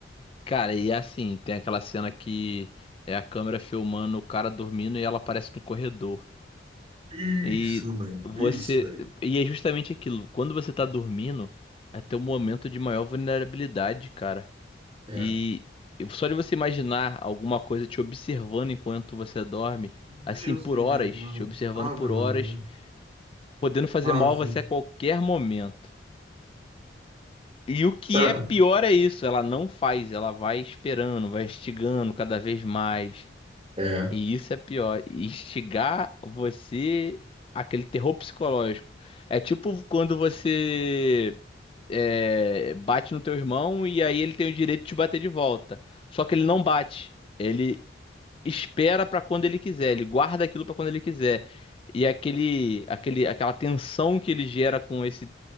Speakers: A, on the left; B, on the right.
A: Cara, e assim, tem aquela cena que é a câmera filmando o cara dormindo e ela aparece no corredor.
B: Isso
A: E
B: mesmo,
A: você.
B: isso daí.
A: E é justamente aquilo. Quando você tá dormindo, é teu momento de maior vulnerabilidade, cara.
B: É.
A: E só de você imaginar alguma coisa te observando enquanto você dorme,
B: Deus
A: assim, por
B: me livre,
A: horas,
B: mano.
A: te observando
B: Ave
A: por
B: Maria.
A: horas, podendo fazer
B: Ave.
A: mal a você a qualquer momento. E o que
B: Cara,
A: é pior é isso, ela não faz, ela vai esperando, vai instigando cada vez mais.
B: é,
A: E isso é pior, instigar você aquele terror psicológico. É tipo quando você é, bate no teu irmão e aí ele tem o direito de te bater de volta. Só que ele não bate, ele espera pra quando ele quiser, ele guarda aquilo pra quando ele quiser. E aquele, aquele, aquela tensão que ele gera com esse,